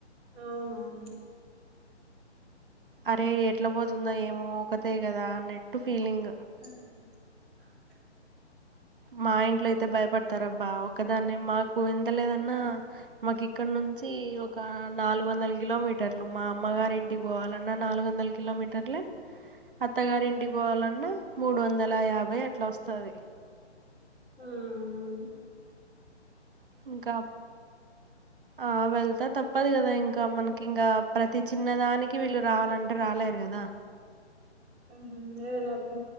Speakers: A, in the centre; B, on the right.
A: అవునవును
B: అరే ఎట్ల పోతుంధో ఏమో ఒకతే కదా అన్నట్టు ఫీలింగ్
A: మ్మ్
B: మా ఇంట్లో అయితే భయపడతారబ్బా ఒకదాన్నే మాకు ఎంతలేదన్నా మాకు ఇక్కడ నుంచి ఒక నాలుగు వందల కిలోమీటర్లు మా అమ్మగారి ఇంటికి పోవాలన్నా నాలుగు వందల కిలోమీటర్లే అత్తగారి ఇంటికి పోవాలన్నా మూడు వందల యాభై అట్లా వస్తది
A: ఉమ్ ఉ
B: ఇంకా ఆ వెళ్తా తప్పదు కదా ఇంకా మనకి ఇంకా ప్రతి చిన్నదానికి వీళ్ళు రావాలంటే రాలేరు కదా
A: ఉహు ఏదైనా ఉ